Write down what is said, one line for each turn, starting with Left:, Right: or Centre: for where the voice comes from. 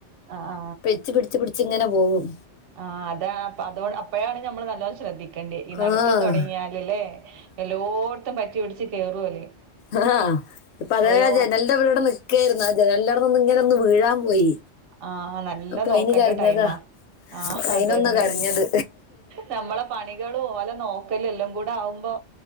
Right: ആ ആ
Left: പിച്ച് പിട്ച്ച് പിട്ച്ച് ങ്ങനെ പോവും.
Right: ആഹ് അതാ അപ്പ അതോ അപ്പഴാണ് ഞമ്മള് നല്ലോ ശ്രദ്ധി ക്കണ്ട്യെ. ഈ നടത്തം
Left: ആഹ്
Right: തൊടങ്ങിയാല് ലേ. എല്ലോട്ത്തും പറ്റിപിട്ച്ച് കേറും ഓല്.
Left: ആഹാ. ഇപ്പ അതേ
Right: ഓരോ
Left: ജനൽ തവ്ടെ വ്‌ടെ നിക്കേര്ന്ന. ആഹ് ജനാൽൻ്റെവ്ട്ന്ന് ങ്ങനെ ഒന്ന് വീഴാൻ പോയി
Right: ആ നല്ല
Left: അപ്പൊ അയിന്
Right: നോക്കണ്ട
Left: കരഞ്ഞതാ
Right: ടൈമാ ആ ഹതന്നെ
Left: അയിനൊന്ന കരഞ്ഞത്
Right: നമ്മളെ പണികളും ഓലെ <unintelligible> <unintelligible> എല്ലാം കൂടെ ആവുമ്പോ